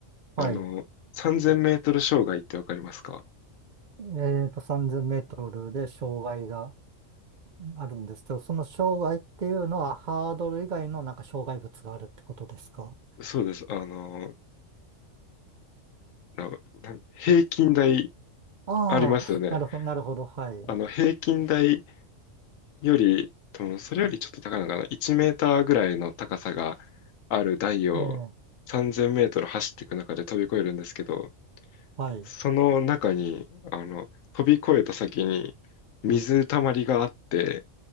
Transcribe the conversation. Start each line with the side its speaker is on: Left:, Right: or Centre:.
Right: はい。
Left: あの、3000メートル障害ってわかりますか
Right: えっと、3 0メートルで障害があるんですけど、その障害っていうのはハードル以外のなんか障害物があるってことですか
Left: そうです。あの、な、なん平均台
Right: ああ、
Left: ありますよね。
Right: なるほど、なるほど、はい。
Left: あの、平均台より、多分それよりちょっと高いのかな。1メーターぐらいの高さがある台を3000メートル走っていく中で飛び越えるんですけど、
Right: ええ、はい。
Left: その中に、あの、飛び越えた先に水たまりがあって、